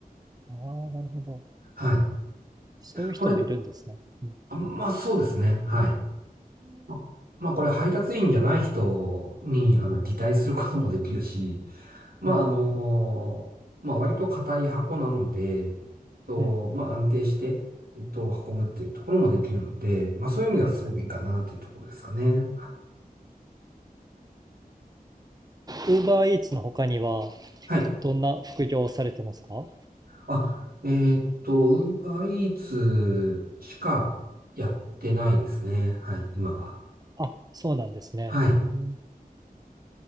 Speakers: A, on the right; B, on the right.
A: ああ、なるほど。
B: はい。
A: そういう人もいるんですね。
B: これ、
A: うん。
B: あまあそうですね。はい。ままあこれ配達員じゃない人に、あの、擬態することもできるし、まあ、
A: うん。
B: あの、まあ、割と硬い箱なので、えっと、
A: うん、
B: まあ、安定して、えっと、運ぶっていうところもできるので、まあ、そういう意味ではすごくいいかなっていうところですかね。
A: うん。ウーバーイーツの他には、
B: はい。
A: どんな副業をされてますか
B: あ、えーっと、ウーバーイーツしかやってないですね。はい、今は。
A: あ、そうなんですね。
B: はい。
A: うん。